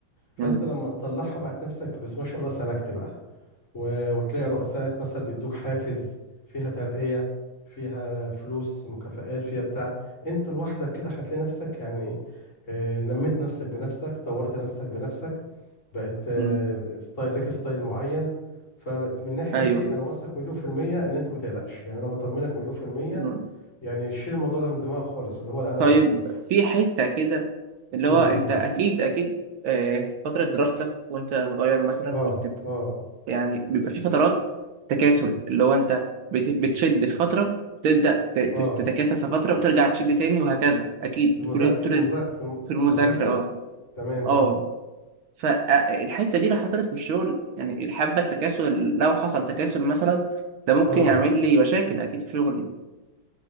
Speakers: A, on the left; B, on the right.
A: فانت
B: أمم،
A: لما تطلعها بقى نفسك بس ما شاء الله سلكت بقى و- وتلاقي رؤسائك مثلا بيدوك حافز فيها ترقية فيها فلوس مكافآت فيها بتاع انت لوحدك كده هتلاقي نفسك يعني آه، نميت نفسك بنفسك طورت نفسك بنفسك بقت آه،
B: أمم،
A: ستايل لك ستايل معين فمن الناحية
B: أيوه
A: دي أنا واثق مليون في المية إن أنت ما تقلقش يعني أنا بطمنك مليون في المية
B: أمم.
A: يعني شيل الموضوع ده من دماغك خالص اللي هو القلق
B: طيب
A: والخوف
B: في حتة كده اللي
A: امم
B: هو أنت أكيد أكيد آه، في فترة دراستك وأنت صغير مثلا
A: اه
B: كنت
A: اه اه
B: يعني بيبقى في فترات تكاسل اللي هو انت بت- بتشد في فتره تبدا ت- ت-
A: آه.
B: تتكاسل في فتره وترجع تشد تاني وهكذا اكيد
A: في المذا
B: طول طول
A: في المذا
B: ال-
A: في الم-
B: في المذاكره
A: في المذاكرة
B: اه
A: تمام
B: اه
A: اه
B: فالحته دي لو حصلت في الشغل يعني الحبه التكاسل لو حصل تكاسل مثلا ده ممكن
A: اه
B: يعمل لي مشاكل اكيد في شغلي